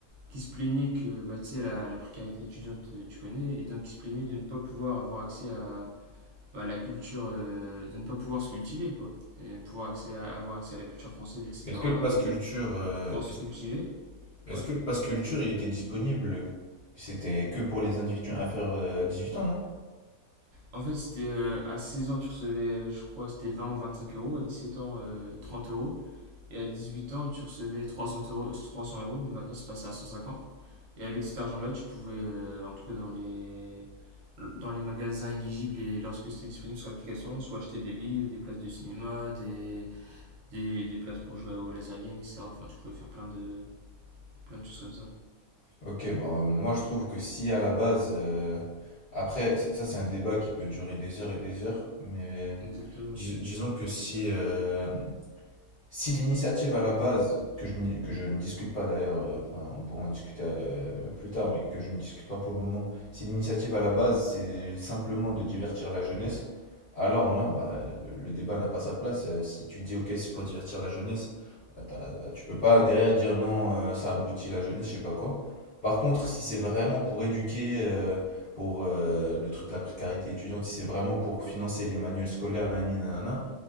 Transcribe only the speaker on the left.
Mais Est-ce que le Pass
Culture, euh,
est-ce
est-ce
que le Pass Culture il était disponible? C'était que pour les individus inférieurs à 18 ans, non?
Ok, bon, moi je trouve que si à la base... euh, Après, ça ça, c'est un débat qui peut durer des heures et des heures, mais...
Dis- disons que si, euh, si l'initiative à la base, que je, n'y- que je ne discute pas d'ailleurs, euh, enfin, on pourra en discuter euh, plus tard, mais que je ne discute pas pour le moment, si l'initiative à la base c'est simplement de divertir la jeunesse, alors non, bah, le, le débat n'a pas sa place. Euh, Si tu dis ok, c'est pour divertir la jeunesse, euh, t'as- tu peux pas derrière dire non, euh, ça abrutit la jeunesse, je sais pas quoi. Par contre, si c'est vraiment pour éduquer, euh, pour euh, le truc de la précarité étudiante, si c'est vraiment pour financer les manuels scolaires, nanani, nanana,